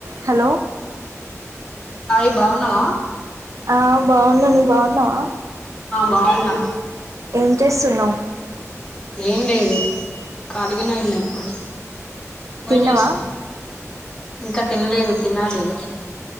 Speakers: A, on the right (about 70°); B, on the left (about 15°).
A: Hello
B: Hari బావున్నావా
A: ఆ బాగున్నా నువ్వు బాగున్నావా
B: ఆ బాగున్నా
A: ఏం చేస్తున్నావు
B: ఏం లేదు ఖళీగానే ఉన్నా ఇప్పుడు
A: తిన్నావా
B: మని వస్తున్నా ఇంకా తినలేదు తినాలిక